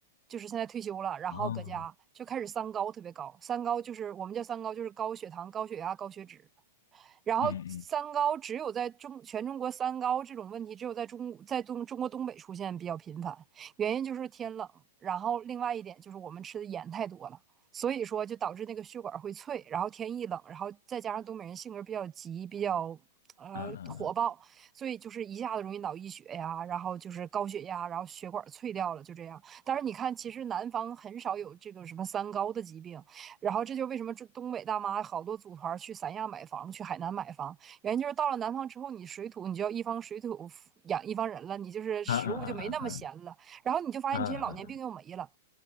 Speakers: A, on the right (about 20°); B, on the left (about 80°).
A: 就是现在退休了，然后搁家就开始三高特别高，
B: 哦，
A: 三高就是我们叫三高，就是高血糖、高血压、高血脂。然后三高只有在中全中国三高这种问题，
B: 嗯嗯
A: 只有在中在东中国东北出现比较频繁，原因就是天冷，然后另外一点就是我们吃的盐太多了，所以说就导致那个血管会脆，然后天一冷，然后再加上东北人性格比较急，比较呃火爆，
B: 嗯嗯嗯
A: 所以就是一下子容易脑溢血呀，然后就是高血压，然后血管脆掉了，就这样。但是你看，其实南方很少有这个什么三高的疾病，然后这就为什么这东北大妈好多组团去三亚买房，去海南买房，原因就是到了南方之后，你水土你就要一方水土养一方人了，你就是食物就没那么咸了，
B: 嗯嗯嗯嗯嗯嗯。
A: 然后你就发现你这些老年病又没了。
B: 嗯嗯